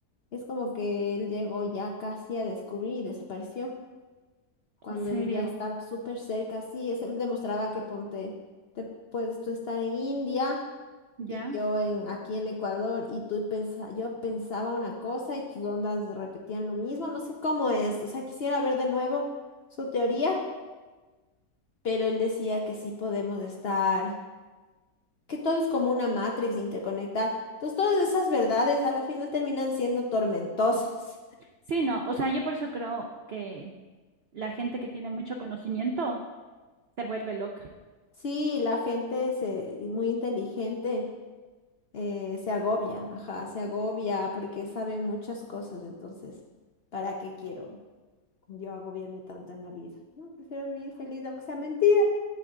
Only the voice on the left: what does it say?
Es como que él llegó ya casi a descubrir y desapareció cuando
él ya estaba súper cerca. Sí, eso él demostraba que ponte, te puedes tú estar en India
y yo en aquí en Ecuador y tú pensa, yo pensaba una cosa y tus ondas repetían lo mismo. No sé cómo es. O sea, quisiera ver de nuevo su teoría, pero él decía que sí podemos estar, que todo es como una matrix interconectada. Entonces, todas esas verdades a la final terminan siendo tormentosas.
Sí, la gente se, muy inteligente eh, se agobia, ajá, se agobia porque saben muchas cosas, entonces, ¿para qué quiero yo agobiarme tanto en la vida? No, prefiero vivir feliz, aunque sea mentira,